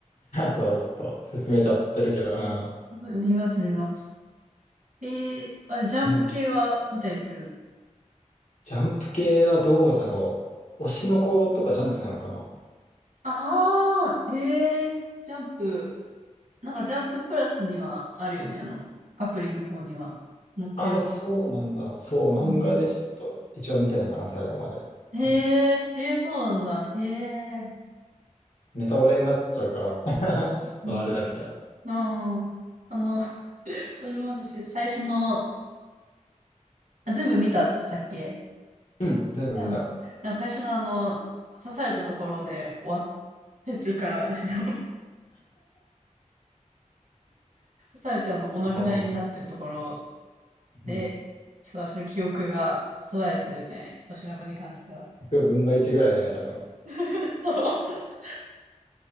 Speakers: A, on the left; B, on the right.
A: そう、ちょっと進めちゃってるけど、うん。ア
B: 見ます、見ます。えー、あれ、ジャンプ系は見たりするの
A: ニメジャンプ系はどうだろう。推しの子とかジャンプなのかな。
B: ああー、へえ、ジャンプ、なんかジャンププラスにはあるよね、あの、アプリの方には載ってる。
A: ああ、そうなんだ。そう、漫画でちょっと一応見てたかな、
B: うん
A: 最後まで。
B: へ
A: うん、
B: え、へえ、そうなんだ。へえ。
A: ネタバレになっちゃうから <laughs> ちょっとあれだけど。
B: うんああ、あの、それも私、最初の、あ、全部見たっつったっけ
A: うん、全部見た。
B: うん。なんか最初のあの、刺されたところで終わってるから、<laughs> ちょっと <laughs> 刺されてあの、お亡くなりになってるところ
A: あーうん、
B: で、ちょっと私の記憶が途絶えてるね。推の子に関しては。
A: 100分の1ぐらいだね、多分。
B: <laughs>